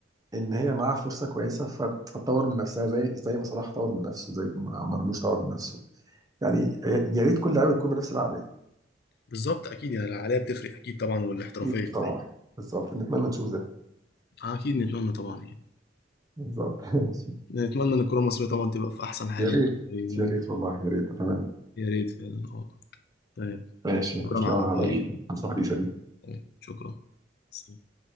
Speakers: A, on the right; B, on the left.
A: ان هي معاها فرصه كويسه فت- فتطور من نفسها زي زي ما صلاح طور من نفسه زي ما مرموش طور من نفسه يعني يا يا ريت كل لعيبه تكون بنفس العقليه
B: بالظبط اكيد يعني العقليه بتفرق اكيد طبعا والاحترافيه
A: اكيد طبعا
B: فاهم
A: بالظبط نتمنى نشوف ده
B: آه، اكيد نتمنى طبعا يعني
A: بالظبط <laughs> ماشي.
B: نتمنى ان الكره المصريه طبعا تبقى في احسن حال
A: يا ريت
B: يعني طيب يعني
A: يا ريت والله يا ريت اتمنى
B: يا ريت فعلا اه طيب
A: ماشي تسلم
B: شكرا على
A: على
B: رأيك.
A: النصيحه الحديثه دي
B: طيب شكرا سلام.